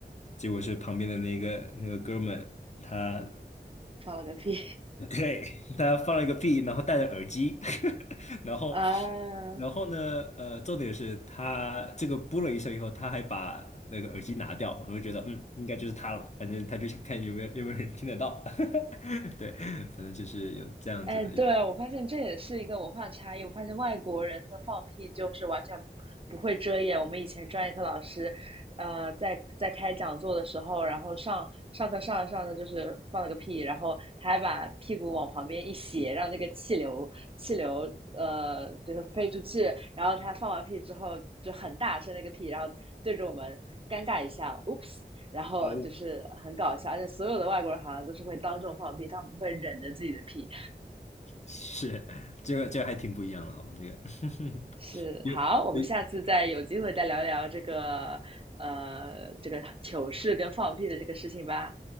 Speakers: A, on the left; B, on the right.
A: 结果是旁边的那个那个哥们他。
B: 放我个屁
A: 对，他放了一个屁，然后戴着耳机，<laughs> 然后，
B: <laughs>！啊。
A: 然后呢，呃，重点是他这个噗了一声以后，他还把那个耳机拿掉，我就觉得，嗯，应该就是他了，反正他就想看有没有有没有人听得到，<laughs> 对，反正就是有这样子的一，
B: 哎，对啊，我发现这也是一个文化差异。我发现外国人他们放屁就是完全不会遮掩。我们以前专业课老师，呃，在在开讲座的时候，然后上上课上着上着就是放了个屁，然后他还把屁股往旁边一斜，让那个气流气流呃就是飞出去。然后他放完屁之后就很大声的一个屁，然后对着我们尴尬一下，oops。然后就是很搞笑，
A: 呃，
B: 而且所有的外国人好像都是会当众放屁，他们不会忍着自己的屁。
A: 是，这个这个还挺不一样的哦，这个，<laughs>
B: 是，
A: 有，
B: 好，我们下次再有机会再聊聊这个，
A: 有
B: 呃，这个糗事跟放屁的这个事情吧。